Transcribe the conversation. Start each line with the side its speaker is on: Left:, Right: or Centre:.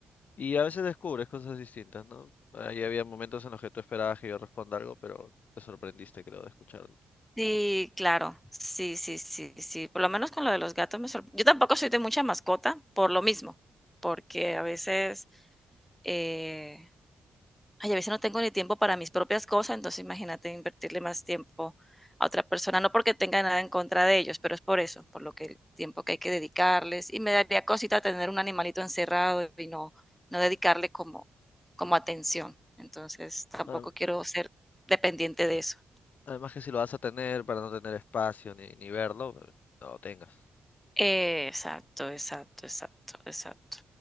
Left: Y a veces descubres cosas distintas, ¿no? Ahí había momentos en los que tú esperabas que yo responda algo, pero te sorprendiste, creo, de escucharlo.
Centre: Sí, claro. Sí, sí, sí, sí. Por lo menos con lo de los gatos me sorprendió. Yo tampoco soy de mucha mascota por lo mismo, porque a veces, eh, ay, a veces no tengo ni tiempo para mis propias cosas, entonces imagínate invertirle más tiempo a otra persona, no porque tenga nada en contra de ellos, pero es por eso, por lo que el tiempo que hay que dedicarles. Y me daría cosita tener un animalito encerrado y no, no dedicarle como, como atención. Entonces tampoco
Left: Ah,
Centre: quiero ser dependiente de eso.
Left: Además que si lo vas a tener para no tener espacio ni, ni verlo, eh, no lo tengas.
Centre: Eh, Exacto, exacto, exacto, exacto.